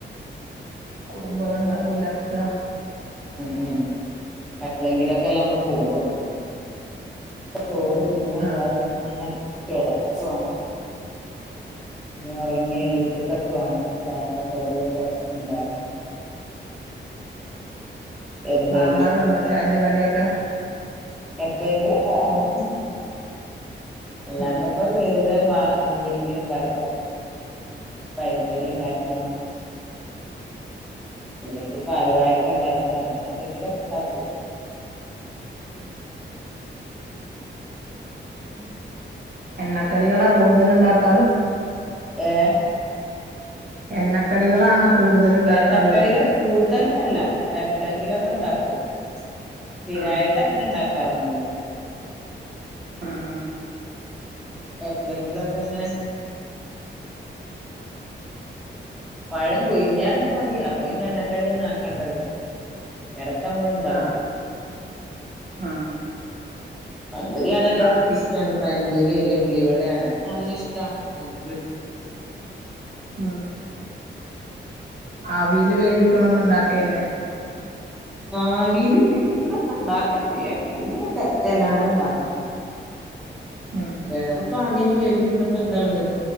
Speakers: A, on the right; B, in the centre.
A: കുടുംബബന്ധം
B: ഉം
A: പുലർത്താ
B: ഉം എപ്പഴെങ്കിലും ഒക്കെല്ല നമ്മള് പോവുള്ളു ചോറ് തിന്ന എല്ലാവരും
A: ആഹ്
B: അങ്ങനെ കിടക്കാണ് ഇ നിഉറങ്ങിയണീറ്റത്തൊക്കെ
A: ഉം
B: വാണം ചായന്റെ കടിയൊക്കെ ഇണ്ടാക്കാണ് എന്തെങ്കിലൊക്കെ
A: വാങ്ങാറുണ്ടോ
B: ഉണ്ടാക്കി
A: ചായൻന്റെ കടിയൊക്കെ
B: എപ്പോഴെങ്കിലൊക്കെ വാങ്ങും അല്ലാത്തപ്പോ
A: ഉം
B: വേടി ഇ വ <unintelligible> വീട്ടില് ഇണ്ടാക്കും പയം പൊരി ഉണ്ടാക്കണം അല്ലെങ്കിൽ പാൽ വായക്ക ഉണ്ടാക്ക അങ്ങനെ എന്തെങ്കിലൊക്കെ ഉണ്ടാക്കും <inaudible>
A: ആ
B: ഉം
A: എണ്ണക്കളികളാ കൂടുതല് ഉണ്ടാക്കാറ്
B: ഏ
A: എണ്ണക്കടികളാണോ കൂടുതല്ണ്ടാക്കാറ്
B: എണ്ണ കടികൾ കൂടുതലൊന്നല്ല എപ്ളേങ്കിലൊക്കെണ്ടാക്കും സ്ഥിരായിട്ട്
A: ആഹ്
B: അങ്ങനെ ഉണ്ടാക്കാറൊന്നുല്ല
A: അ അഹ്
B: എപ്പളെങ്കിലൊക്കെങ്ങനെ പഴം പുഴുങ്ങ്യാലൊക്കെ മതി അപ്പൊ പിന്നെ എണ്ണക്കടിഒന്നും ആക്കണ്ടല്ലോ എടക്കമ്മളള്ഇണ്ടാക്കും
A: ആഹ് ആഹ്
B: പയംപെരി <unintelligible> എലാർക്കും
A: ആവി
B: ഇസ്ടാണ് പയംപെരി യല്ലേ ഉള്ളിവടെ ഹൊക്കെ നല്ല ഇഷ്ടാണ് ഇൻക്ക്
A: ആഹ് ആവില് വേവിക്കണൊന്ന ഉണ്ടാക്കല് ല്ലേ
B: <inaudible> ആവീല് വേവിക്ക്ണാക്കെ ഇണ്ടാക്കെൽണ്ട് എപ്പളെങ്കിലൊക്കെ എലട ഉണ്ടാക്കും
A: ഉം
B: വേറെ പാട് ആവില് വേവിക്കണപ്പന്ത ഇള്ളേ